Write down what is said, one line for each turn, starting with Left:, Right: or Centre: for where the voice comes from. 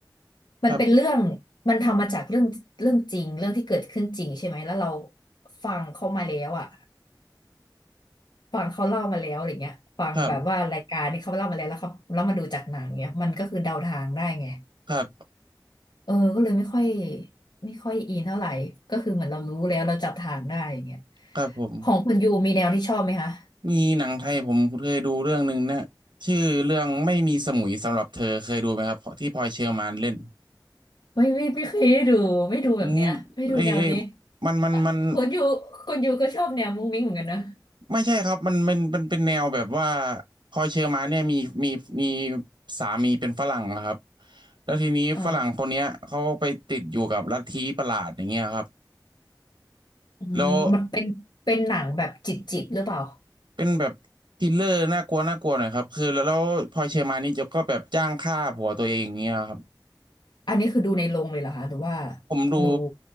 Left: มันเป็นเรื่องมันทำมาจากเรื่องเรื่องจริงเรื่องที่เกิดขึ้นจริงใช่ไหมแล้วเรา
Right: ครับ
Left: ฟังเขามาแล้วอ่ะฟังเขาเล่ามาแล้วอะไรเงี้ยฟังแบบว่ารายการนี้เขาเล่ามาแล้วแล้วเขาแล้วมาดูจากหนังเนี้ยมันก็คือเดาทางได้ไง
Right: ครับครับ
Left: เออก็เลยไม่ค่อยไม่ค่อยอินเท่าไหร่ก็คือเหมือนเรารู้แล้วเราจับทางได้อย่างเงี้ย
Right: ครับผม
Left: ของคุณยูมีแนวที่ชอบไหมคะ
Right: มีหนังไทยผมเคยดูเรื่องหนึ่งนะชื่อเรื่องไม่มีสมุยสำหรับเธอเคยดูไหมครับที่พลอยเชอร์มานเล่น
Left: ไม่ไม่ไม่เคยได้ดูไม่ดูแบบเนี้ยไม่ดูแนวนี้
Right: อืมเอ้ยเอ้ยมันมันมัน
Left: อ่ะคุณยูคุณยูก็ชอบแนวมุ้งมิ้งเหมือนกันนะ
Right: ไม่ใช่ครับมันมันมันเป็นแนวแบบว่าพลอยเชอร์มานเนี่ยมีมีมีสามีเป็นฝรั่งนะครับแล้วทีนี้ฝรั่งคนเนี้ยเขาไปติดอยู่กับลัทธิประหลาดอย่างเงี้ยครับ
Left: อ๋ออืมมันเป็นเป็นหนังแบบจิตจิตหรือเปล่า
Right: แล้วเป็นแบบทริลเลอร์น่ากลัวน่ากลัวหน่อยครับคือแล้วแล้วพลอยเชอร์มานนี่จะก็แบบจ้างฆ่าผัวตัวเองอย่างเงี้ยครับ
Left: อันนี้คือดูในโรงเลยเหรอคะหรือว่า
Right: ผมดู
Left: ดู